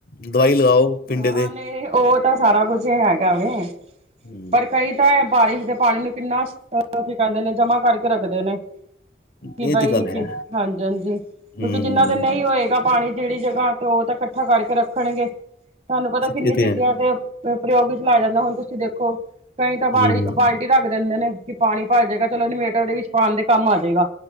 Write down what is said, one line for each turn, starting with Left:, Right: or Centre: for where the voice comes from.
Left: ਦਵਾਈ
Right: ਨਹੀਂ
Left: ਲਗਾਓ ਪਿੰਡੇ
Right: ਹਾਂ
Left: ਤੇ।
Right: ਨਹੀਂ ਉਹ ਤਾਂ ਸਾਰਾ ਕੁਝ ਹੈਗਾ ਵੇ
Left: ਹੂੰ
Right: ਪਰ ਕਈ ਤਾਂ ਬਾਰਿਸ਼ ਦੇ ਪਾਣੀ ਨੂੰ। ਕਿੰਨਾ ਅ ਕੀ ਕਹਿੰਦੇ ਨੇ ਜਮਾ ਕਰਕੇ ਰੱਖਦੇ ਨੇ। ਕਿ
Left: ਇਹ
Right: ਬਈ
Left: ਤੇ ਗੱਲ
Right: ਹਾਂਜੀ
Left: ਹੈ
Right: - ਹਾਂਜੀ
Left: ਹੂੰ
Right: ਕਿਉਂਕਿ ਜਿੰਨਾ ਦੇ ਨਹੀਂ ਹੋਏਗਾ ਪਾਣੀ। ਜਿਹੜੀ ਜਗ੍ਹਾ ਤੇ ਉਹ ਤਾਂ ਇਕੱਠਾ ਕਰਕੇ ਰੱਖਣਗੇ ਤੁਹਾਨੂੰ ਪਤਾ ਕਿੰਨੀ
Left: ਇਹ
Right: ਜਗਿਆ
Left: ਹੈ
Right: ਤੇ। <unintelligible> ਹੁਣ ਤੁਸੀਂ ਦੇਖੋ ਕਈ ਤਾਂ ਬਾਰਸ਼
Left: ਹੂੰ
Right: ਬਾਲਟੀ ਰਖ ਦਿੰਦੇ ਨੇ ਕਿ ਪਾਣੀ ਭਰ ਜਾਏਗਾ ਚਲੋ ਇਨਵੇਟਰਦੇ ਵਿੱਚ ਪਾਉਣ ਦੇ ਕੰਮ ਆ ਜਾਏਗਾ।